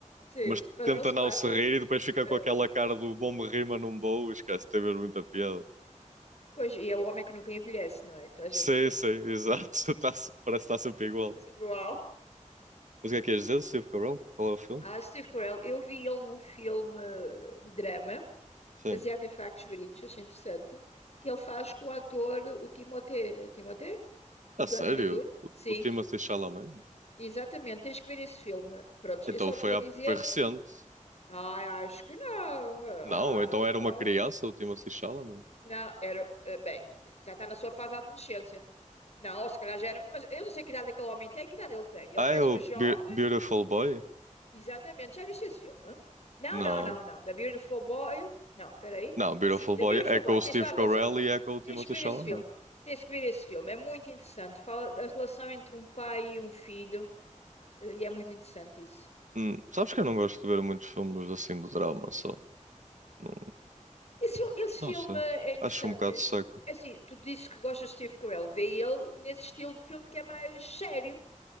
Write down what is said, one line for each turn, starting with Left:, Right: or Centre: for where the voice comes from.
Left: Sim,
Right: mas
Left: mas
Right: tenta
Left: não se
Right: não
Left: parte.
Right: se rir e depois fica
Left: É.
Right: com aquela cara do bom me rir, mas não vou, esquece, tem mesmo muita piada.
Left: Pois, e é o homem que nunca envelhece, não é? Que a gente
Right: Sim,
Left: tem
Right: sim, exato. <laughs> Tá, se- parece que está sempre
Left: <laughs>
Right: igual.
Left: assim, igual.
Right: Mas o que é que ias dizer do Steve Carell? Qual é o filme?
Left: Ah, Steve Carell, eu vi ele num filme de drama,
Right: Sim.
Left: baseado em factos verídicos, achei interessante, que ele faz com o ator, o Timothée, é Timothée? Do,
Right: A
Left: Du-
Right: sério?
Left: do Dune?
Right: O,
Left: Sim,
Right: o Timothée Chalamet?
Left: exatamente, tens que ver esse filme. Pronto,
Right: Então
Left: eu só
Right: foi,
Left: te vou
Right: há-
Left: dizer,
Right: foi recente.
Left: ah, acho que não, ah,
Right: Não, então
Left: não,
Right: era
Left: não.
Right: uma criança o Timothée Chalamet.
Left: Não, era, eh, bem, já está na sua fase da adolescência. Não, ou se calhar já era, mas eu não sei que idade aquele homem tem, que idade ele tem. Ele
Right: Ah,
Left: parece
Right: é o
Left: um jovem,
Right: Be- Beautiful Boy?
Left: Exatamente. Já viste esse filme? Não,
Right: Não.
Left: não, não, não. The Beautiful Boy. Não, peraí.
Right: Não, Beautiful
Left: Sim, The
Right: Boy
Left: Beautiful
Right: é com
Left: Boy.
Right: o
Left: Tens
Right: Steve
Left: toda a
Right: Carell
Left: razão.
Right: e é com o Timothée
Left: Tens que ver
Right: Chalamet.
Left: esse filme. Tens que ver esse filme. É muito interessante. Fala da relação entre um pai e um filho. eh, E é muito interessante isso.
Right: Hum, sabes que eu não gosto de ver muitos filmes assim de drama, só. Não,
Left: Esse, fil- esse filme
Right: não sei.
Left: é interessante.
Right: Acho um bocado
Left: É
Right: seco.
Left: é assim, tu dizes que gostas de Steve Carell. Vê ele nesse estilo de filme que é mais sério.